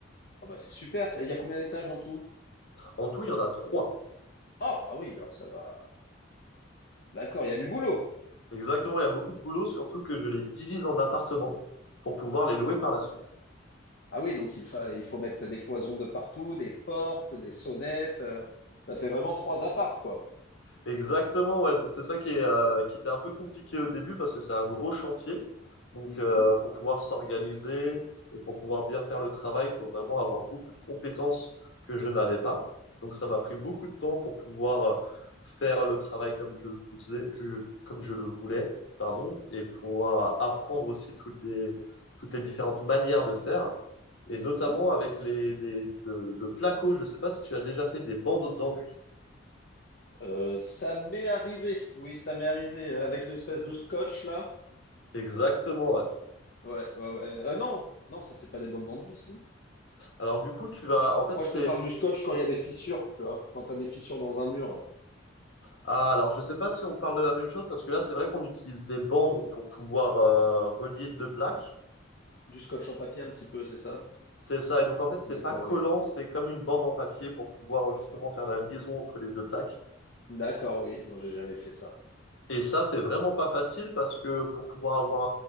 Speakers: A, on the left; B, on the left.
A: Ah bah c'est super. ça- Il y a combien d'étages en tout?
B: En tout, il y en a trois.
A: Oh, ah oui, alors ça va. D'accord, il y a du boulot.
B: Exactement, il y a beaucoup de boulot, surtout que je les divise en appartements pour pouvoir les louer par la suite.
A: Ah oui, donc il fa- il faut mettre des cloisons de partout, des portes, des sonnettes. euh, Ça fait vraiment trois appartes, quoi.
B: Exactement, ouais. Donc c'est ça qui est, euh, qui était un peu compliqué au début parce que c'est un gros chantier. Donc
A: Mhm,
B: euh, pour pouvoir s'organiser et pour pouvoir bien faire le travail, il faut vraiment avoir beaucoup de compétences que je n'avais pas. Donc ça m'a pris beaucoup de temps pour pouvoir euh, faire le travail comme je le voulais, que, comme je le voulais, pardon, et pouvoir apprendre aussi toutes les, toutes les différentes manières de faire.
A: mhm.
B: Et notamment avec les, les- le, le placo, je ne sais pas si tu as déjà fait des bandes d'enduit.
A: Euh, ça m'est arrivé. Oui, ça m'est arrivé euh, avec l'espèce de scotch là.
B: Exactement, ouais.
A: Ouais, ouais, ouais. Euh, non, non, ça c'est pas des bandes d'enduit, si.
B: Alors du coup, tu vas, en fait,
A: Moi,
B: c'est,
A: je te parle du scotch quand il y a des fissures, tu vois. Quand tu as des fissures dans un mur,
B: ah, alors je sais pas si on parle de la même chose parce que là, c'est vrai qu'on utilise des bandes pour pouvoir euh, relier deux plaques.
A: du scotch en papier un petit peu, c'est ça?
B: C'est ça. Et donc en fait, c'est
A: D'accord,
B: pas collant,
A: oui.
B: c'est comme une bande en papier pour pouvoir justement faire la liaison entre les deux plaques.
A: D'accord, oui. Non, j'ai jamais fait ça.
B: Et ça, c'est vraiment pas facile parce que pour pouvoir avoir